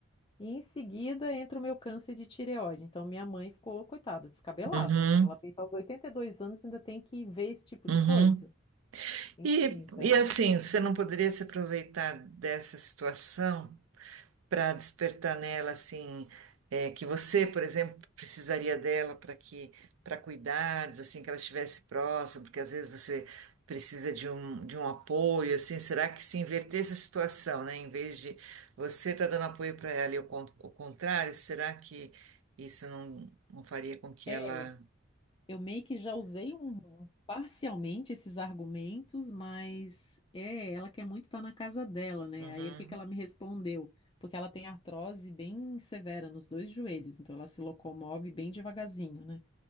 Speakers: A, on the left; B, on the right.
A: e em seguida entra o meu câncer de tireoide. Então, minha mãe ficou, coitada, descabelada,
B: Uhum,
A: né? Ela pensa aos 82 anos ainda tem que ver esse tipo
B: uhum.
A: de coisa. Enfim,
B: E,
A: então.
B: e assim, você não poderia se aproveitar dessa situação? para despertar nela assim é, que você, por exemplo, precisaria dela para que para cuidados assim que ela estivesse próxima, porque às vezes você precisa de um, de um apoio assim. Será que se invertesse a situação, né? Em vez de você estar dando apoio para ela e o, con- o contrário, será que isso não, não faria com que
A: É,
B: ela
A: Eu meio que já usei um, parcialmente esses argumentos, mas é, ela quer muito estar na casa dela, né?
B: Uhum.
A: Aí o que que ela me respondeu? Porque ela tem artrose bem severa nos dois joelhos, então ela se locomove bem devagarzinho, né?